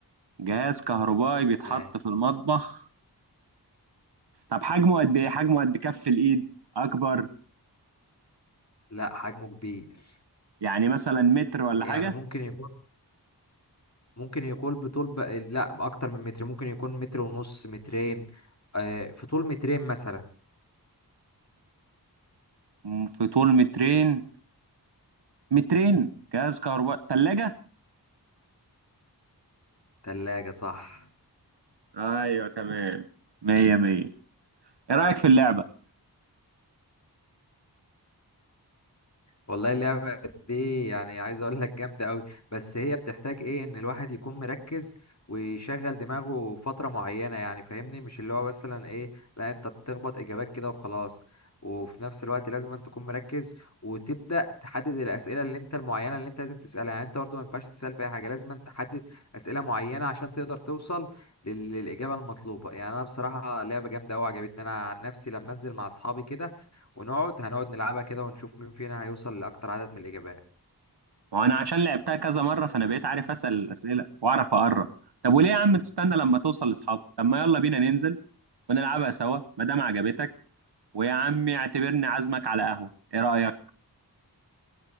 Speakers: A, on the right; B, on the left.
A: جهاز كهربائي بيتحط
B: ماشي.
A: في المطبخ طب حجمه قد إيه حجمه قد كف الإيد أكبر
B: لا حجمه كبير
A: يعني مثلا متر ولا
B: يعني
A: حاجة
B: ممكن يكون ممكن يكون بطول ب... لا اكتر من متر ممكن يكون متر ونص مترين آه في طول مترين مثلا
A: م- في طول مترين مترين جهاز كهربائي تلاجة
B: ثلاجة صح
A: ايوه تمام مية مية ايه رأيك في اللعبة؟
B: والله اللعبة دي يعني عايز اقول لك جامدة قوي بس هي بتحتاج ايه ان الواحد يكون مركز ويشغل دماغه فترة معينة يعني فاهمني مش اللي هو مثلا ايه لا انت بتخبط اجابات كده وخلاص وفي نفس الوقت لازم أن تكون مركز وتبدأ تحدد الأسئلة اللي انت المعينة اللي انت لازم تسألها يعني انت برضو ما ينفعش تسأل في اي حاجة لازم أن تحدد أسئلة معينة عشان تقدر توصل لل- للإجابة المطلوبة يعني انا بصراحة لعبة جامدة قوي عجبتني انا عن نفسي لما انزل مع اصحابي كده ونقعد هنقعد نلعبها كده ونشوف مين فينا هيوصل لأكتر عدد من الإجابات
A: وانا عشان لعبتها كذا مرة فانا بقيت عارف اسأل الأسئلة واعرف اقرب طب وليه يا عم تستنى لما توصل لاصحابك؟ طب ما يلا بينا ننزل ونلعبها سوا ما دام عجبتك ويا عم اعتبرني عازمك على قهوة ايه رأيك؟